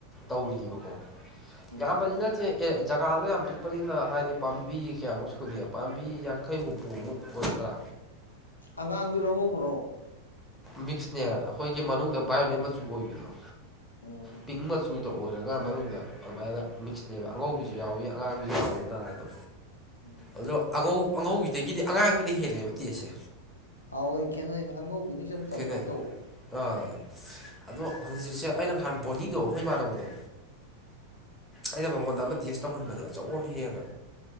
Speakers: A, in the centre; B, on the left (about 80°).
A: ꯇꯧꯔꯤꯕꯀꯣ
B: ꯎꯝ
A: ꯌꯥ ꯅꯤꯅꯠꯇꯦ ꯑꯦ ꯖꯒꯥꯗꯣ ꯌꯥꯝ ꯄꯤꯛꯄꯅꯤꯅ ꯍꯥꯏꯗꯤ ꯄꯥꯝꯕꯤ ꯀꯌꯥꯃꯨꯛ ꯁꯨꯅꯤ ꯄꯥꯝꯕꯤ ꯌꯥꯡꯈꯩ ꯍꯨꯝꯐꯨꯃꯨꯛ ꯑꯣꯏꯒꯗ꯭ꯔꯥ
B: ꯑꯉꯥꯡꯕꯤꯔꯣ ꯉꯧꯕ꯭ꯔꯣ
A: ꯃꯤꯛꯁꯅꯦ ꯑꯩꯈꯣꯏꯒꯤ ꯃꯅꯨꯡꯗ
B: ꯎꯝ
A: ꯚꯥꯏꯌꯣꯂꯦꯠ
B: ꯎꯝ
A: ꯃꯆꯨ ꯑꯣꯏꯕꯗꯣ
B: ꯎꯝ
A: ꯄꯤꯡ ꯃꯆꯨ ꯇ ꯑꯣꯏꯔꯒ ꯃꯅꯨꯡꯗ ꯑꯗꯨꯃꯥꯏꯅ ꯃꯤꯛꯁꯅꯦꯕ ꯑꯉꯧꯕꯤꯁꯨ ꯌꯥꯎꯋꯤ ꯑꯉꯥꯡꯕꯤꯁꯨ ꯌꯥꯎꯋꯦꯕ ꯅ ꯍꯥꯏꯗꯣ
B: ꯎꯝ
A: ꯑꯗꯣ ꯑꯉꯧ ꯑꯉꯧꯕꯤꯗꯒꯤꯗꯤ ꯑꯉꯥꯡꯒꯤꯅ ꯍꯦꯜꯂꯦꯕ ꯇꯦꯁꯦ
B: ꯍꯥꯎꯋꯦ ꯈꯦꯠꯅꯩꯗ ꯑꯉꯧꯕꯤꯅꯤ ꯁꯝ ꯆꯝꯅꯧ
A: ꯈꯦꯠꯅꯩ
B: ꯇꯧꯋꯦ
A: ꯑꯥ ꯑꯗꯣ ꯍꯧꯖꯤꯛ ꯍꯧꯖꯤꯛꯁꯦ ꯑꯩꯅ ꯅꯍꯥꯟ ꯕꯣꯅꯤꯗꯣ ꯑꯩꯣꯏꯃꯥꯟꯅꯕꯗꯣ ꯑꯩꯅ ꯃꯉꯣꯟꯗ ꯑꯃ ꯇꯦꯁ ꯇꯧꯍꯟꯕꯅꯦ ꯑꯆꯧꯕ ꯑꯃ ꯍꯦꯛꯒ